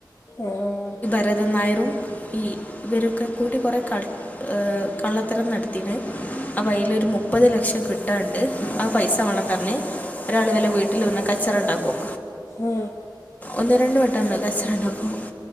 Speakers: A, on the left; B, on the left.
A: ആഹ്
B: ഭരതൻ നായറും ഈ ഇവരൊക്കെ കൂട്ടി കുറേ ക കള്ളത്തരം നടത്തിണ് അപ്പ അയില് ഒരു മുപ്പത് ലക്ഷം കിട്ടാണ്ട് ആ പൈസ വേണം പറഞ്ഞ് ഒരാള് ഇവലെ വീ ട്ടില് വന്ന് കച്ചറണ്ടാക്കും
A: ആ ആ
B: ഒന്ന് രണ്ട് വട്ടം വന്ന് കച്ചറണ്ടാക്കും